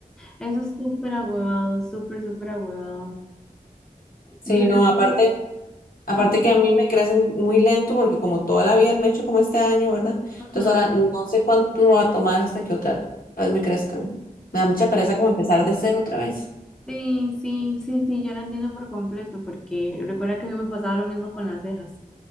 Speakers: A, in the centre; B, on the left.
A: eso es súper agüevado, súper, súper agüevado.
B: Sí,
A: Yo
B: no,
A: recuerdo.
B: aparte. Aparte
A: ajá,
B: que a mí me crecen muy lento porque como toda la vida me he hecho como este año, ¿verdad?
A: ajá.
B: Entonces ahora no sé cuánto va a tomar hasta que otra vez me crezcan. Me da mucha pereza como empezar de cero otra vez.
A: Sí, sí, sí, sí, yo la entiendo por completo, porque recuerda que a mí me pasaba lo mismo con las cejas,